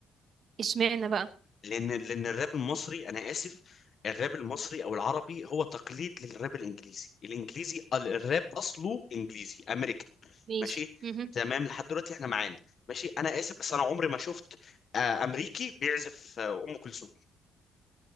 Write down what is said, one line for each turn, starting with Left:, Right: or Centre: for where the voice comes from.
Right: اشمعنى بقى
Left: لان لان الراب المصري انا اسف الراب المصري او العربي هو تقليد للراب الانجليزي الانجليزي الراب اصله انجليزي امريكان
Right: ماشي
Left: ماشي
Right: مهم.
Left: تمام لحد دلوقتي احنا معانا ماشي انا اسف بس انا عمري ما شفت آه، امريكي بيعزف آه، ام كلثوم